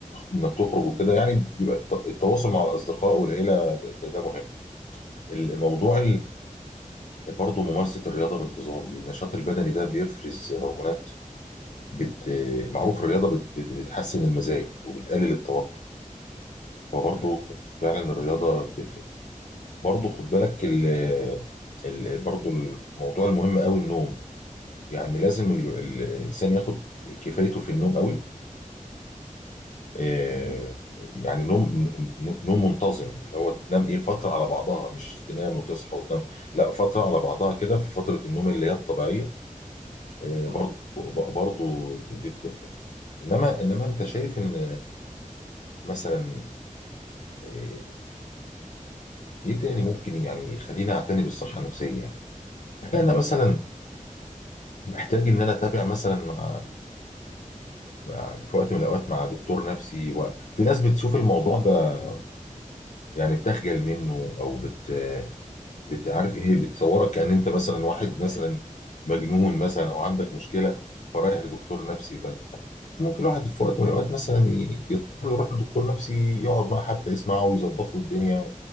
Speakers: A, on the left; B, on the right.
A: انك تخرج وكده يعني بيبقى الت- التواصل مع الاصدقاء والعيله ده, ده ده مهم الموضوع برضه ممارسة الرياضة بانتظام دي النشاط البدني ده بيفرز هرمونات بت... معروف الرياضة بت... بت- بتحسن المزاج وبتقلل التوتر فبرضه
B: ايوه
A: فعلا الرياضة بتفرق برضه خد بالك ال... ال... برضه الموضوع المهم قوي النوم يعني لازم ال... ال- الإنسان ياخد كفايته في النوم قوي آه،
B: امم
A: يعني نوم ن- نوم منتظم اللي هو تنام ايه فترة على بعضها مش تنام وتصحى وتنام لا فترة على بعضها كده في فترة النوم اللي هي الطبيعية آه،
B: اه
A: برضو برضو دي بتفرق انما انما انت شايف ان مثلا آه، ايه تاني ممكن يعني يخليني اعتني بالصحه النفسيه يعني هل انا مثلا محتاج ان انا اتابع مثلا مع, مع في وقت من الاوقات مع دكتور نفسي وفي ناس بتشوف الموضوع ده يعني بتخجل منه او بت بت- عارف ايه بتصورك كأن انت مثلا واحد مثلا
B: فاهم
A: مجنون مثلا او عندك مشكله فرايح لدكتور نفسي فانت ممكن الواحد في وقت من الاوقات مثلا ي- يضطر يروح لدكتور نفسي يقعد معاه حتى يسمعه ويظبط له الدنيا